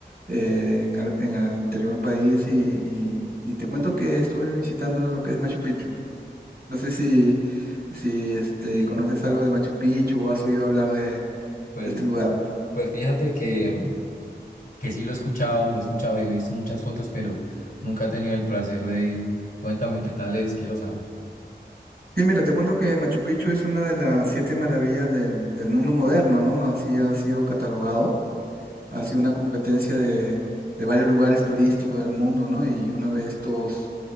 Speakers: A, on the right (about 60°); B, on the left (about 50°).
A: eh, en, el, en el interior del país y, y- y te cuento que estuve visitando lo que es Machu Picchu. No sé si, si este,
B: Sí,
A: conoces algo de Machu Picchu o has oído hablar de,
B: pues,
A: de este lugar.
B: pues fíjate que, mm, que sí lo he escuchado, lo he escuchado y he visto muchas fotos, pero nunca he tenido el placer de ir. Cuéntame qué tal es, quiero saber.
A: Sí, mira, te cuento que Machu Picchu es una de las siete maravillas del, del mundo moderno, ¿no? Así ha sido catalogado ha sido una competencia de, de varios lugares turísticos del mundo, ¿no? Y uno de estos,